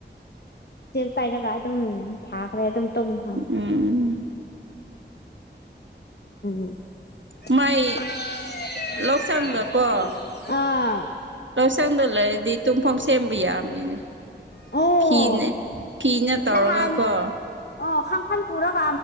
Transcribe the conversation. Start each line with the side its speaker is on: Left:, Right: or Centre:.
Left: <unintelligible> ꯄꯥꯏꯔꯒ ꯗꯨꯝ ꯐꯥꯈ꯭ꯔꯦꯑꯗꯨꯝ ꯇꯨꯝ ꯃ <unintelligible>
Right: ꯎꯝ
Left: <unintelligible>
Right: ꯃꯥꯏ ꯂꯧꯁꯪꯗꯀꯣ
Left: ꯑꯥ ꯑꯥ
Right: ꯁꯪꯗ ꯂꯩꯔꯗꯤ ꯇꯨꯝꯐꯝ ꯁꯦꯝꯕ ꯌ꯭ꯥꯕꯅꯤꯅꯦ
Left: ꯑꯣ
Right: ꯐꯤꯅ ꯐꯤꯅ ꯇꯧꯔꯒ
Left: ꯅꯍꯥꯟ
Right: ꯑ ꯀꯣ
Left: ꯑꯣ ꯈꯪ ꯈꯟ ꯄꯨꯔꯥꯒ